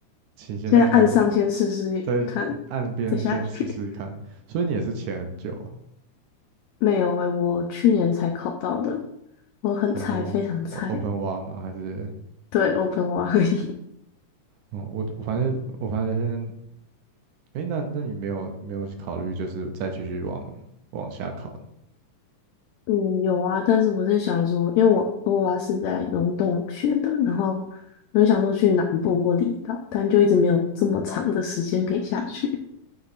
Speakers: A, on the right (about 75°); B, on the left (about 85°).
A: 请先在开
B: 现在按上先试试看，
A: 在里岸边先试试看。
B: 再下去。
A: 所以你也是潜很久啊，
B: 没有哎，我去年才考到的，我很菜，
A: 然后
B: 非常菜。
A: o- p e n w a e 吗？还是
B: 对，Open 蛙而已。<laughs>
A: 哦，我反正我反正先，诶，那那你没有没有考虑就是再继续往往下考？
B: 嗯，有啊，但是我是想说，因为我欧蛙是在龙洞学的，然后我就想说去南部或离岛，但就一直没有这么长的时间可以下去。